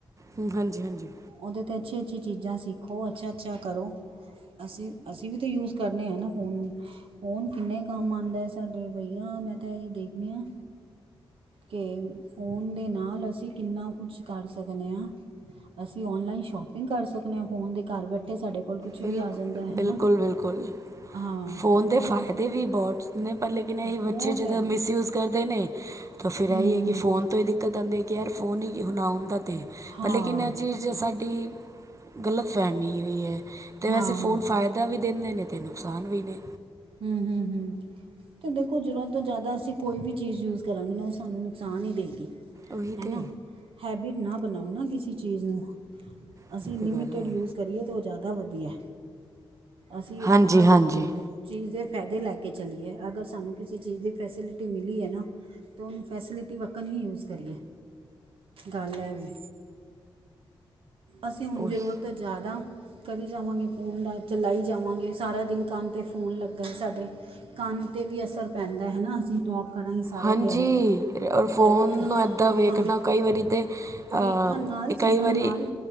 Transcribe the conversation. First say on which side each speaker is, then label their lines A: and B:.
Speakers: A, on the right; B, on the right.
A: ਹੂੰ ਹਾਂਜੀ ਹਾਂਜੀ
B: ਉਹਦੇ 'ਤੇ ਅੱਛੀ-ਅੱਛੀ ਚੀਜ਼ਾਂ ਸਿੱਖੋ ਅੱਛਾ- ਅੱਛਾ ਕਰੋ। ਅਸੀਂ ਅਸੀਂ ਵੀ ਤੇ ਯੂਜ ਕਰਨੇ ਆਂ ਨਾ ਫੋਨ ਨੂੰ। ਫੋਨ ਕਿੰਨੇ ਕੰਮ ਆਉਂਦਾ ਸਾਡੇ ਬਈਆ, ਮੈਂ ਤਾਂ ਇਹੀ ਦੇਖਨੀ ਆਂ। ਕਿ ਫ਼ੋਨ ਦੇ ਨਾਲ ਅਸੀਂ ਕਿੰਨਾ ਕੁਛ ਕਰ ਸਕਨੇ ਆਂ। ਅਸੀਂ ਔਨਲਾਈਨ ਸ਼ੋਪਿੰਗ ਕਰ ਸਕਨੇ ਆਂ, ਫੋਨ ਦੇ ਘਰ ਬੈਠੇ ਸਾਡੇ ਕੋਲ। ਕੁਛ ਵੀ
A: ਬਿਲਕੁਲ,
B: ਆ ਜਾਂਦਾ ਹੈ
A: ਬਿਲਕੁਲ,
B: ਨਾ
A: ਬਿਲਕੁਲ
B: ਹਾਂ
A: ਫੋਨ ਦੇ ਫਾਇਦੇ
B: ਉਹ ਤਾਂ ਕ-
A: ਵੀ ਬਹੁਤ। ਨਹੀਂ ਪਰ ਲੇਕਿਨ ਇਹ ਬੱਚੇ
B: ਬਹੁਤ
A: ਜਦੋਂ
B: ਹੈ
A: ਮਿਸਯੂਜ ਕਰਦੇ ਨੇ ਤਾਂ ਫਿਰ
B: ਹੂੰ
A: ਇਹ
B: ਹੂੰ
A: ਹੈ ਕਿ ਫੋਨ ਤੋਂ ਹੀਖਦੇ। ਕਦੇ ਗਰ ਫੋਨ ਹੀ ਨਾ ਹੁੰਦਾ ਤੇ
B: ਹਾਂ
A: ਪਰ ਲੇਕਿਨ ਅੱਜੇ। ਸਾਡੀ ਗਲਤ ਫਹਿਮੀ ਵੀ ਐ, ਤੇ
B: ਹਾਂ
A: ਵੈਸੇ ਫੋਨ
B: ਹਾਂ
A: ਫਾਇਦਾ। ਫੈਯਦਾ ਵੀ ਦਿੰਦੇ ਨੇ, ਤੇ ਨੁਕਸਾਨ ਵੀ ਨੇ।
B: ਹੂ ਹੂ ਹੂ ਤੇ ਦੇਖੋ ਜਰਾਤ ਤੋਂ ਜ਼ਿਆਦਾ ਅਸੀਂ ਕੋਈ ਵੀ ਚੀਜ਼ ਯੂਜ ਕਰਾਂਗੇ, ਨਾ ਉਹ ਸਾਨੂੰ ਨੁਕਸਾਨ ਹੀ ਦੇਵੇਗੀ
A: ਉਹੀ
B: ਹੈ
A: ਤਾਂ
B: ਨਾ। ਹੈਬਿਟ ਨਾ ਬਣਾਓ ਨਾ ਕਿਸੇ ਚੀਜ਼ ਨੂੰ। ਅਸੀਂ
A: ਉਹੀ
B: ਲਿਮੀਟਡ
A: ਤਾਂ ਗੱਲ ਹੈ
B: ਯੂਜ ਕਰੀਏ ਤਾਂ ਉਹ ਜ਼ਿਆਦਾ ਵਧੀਆ ਅਸੀਂ
A: ਹਾਂਜੀ
B: ਹਰ।
A: ਹਾਂਜੀ
B: ਚੀਜ਼ ਦੇ ਫਾਇਦੇ ਲੈ ਕੇ ਚਲੀਏ, ਅਗਰ ਸਾਨੂੰ ਕਿਸੇ ਚੀਜ਼ ਦੀ ਫੈਸਿਲਿਟੀ ਮਿਲੀ ਹੈ ਨਾ। ਤੇ ਉਹਨੂੰ ਫੈਸਿਲਿਟੀ ਵੱਕਣ ਹੀ ਯੂਜ਼ ਕਰੀਏ। ਗੱਲ ਐ ਵੈ ਅਸੀਂ ਉਝ
A: ਉਹੀ
B: ਜ਼ਰੂਰਤ ਤੋ ਜ਼ਿਆਦਾ। ਕਰੀ ਜਾਵਾਂਗੇ ਫੋਨ ਦਾ ਚਲਾਈ ਜਾਵਾਂਗੇ, ਸਾਰਾ ਦਿਨ ਕੰਨ 'ਤੇ ਫ਼ੋਨ ਲੱਗਾ ਸਾਡੇ। ਕੰਨ 'ਤੇ ਵੀ ਅਸਰ ਪੈਂਦਾ ਹੈ ਨਾ ਅਸੀਂ। ਟੋਕ ਕਰਾਂਗੇ ਸਾਰਾ
A: ਹਾਂਜੀ
B: ਦਿਹਾੜੀ
A: ਫੋਨ
B: ਬਹੁਤ
A: ਨੂੰ ਏਦਾਂ ਵੇਖਣਾ
B: ਹਾਂ
A: ਕਈ ਵਾਰੀ ਤੇ। ਹਾਂ
B: ਵੇਖਣ ਨਾਲ ਸੁਣਨ
A: ਕਈ ਵਾਰੀ।
B: ਨਾਲ